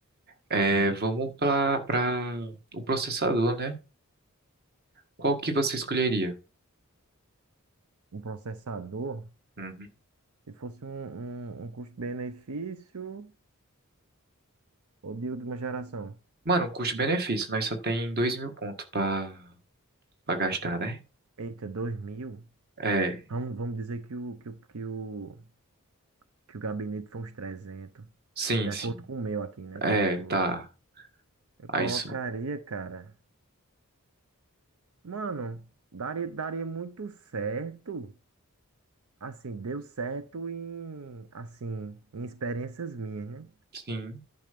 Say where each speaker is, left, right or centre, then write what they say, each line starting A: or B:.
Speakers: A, on the right; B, on the right.
A: É,
B: Sim.
A: vamos para o processador, né? Qual que você escolheria?
B: Um processador.
A: Uhum.
B: Se fosse um, um, um custo-benefício ou de última geração?
A: Mano, um custo-benefício, nós só tem dois mil conto pra para gastar, né?
B: Eita, 2000?
A: É,
B: Vamos, vamos dizer que o, que o, que o, que o gabinete foi uns 300.
A: sim,
B: De
A: sim.
B: acordo com o meu aqui, né?
A: É,
B: Que eu tô.
A: tá.
B: Eu colocaria,
A: Aí só.
B: cara. Mano, daria, daria muito certo. Assim, deu certo em. Assim, em experiências minhas, né?
A: Sim,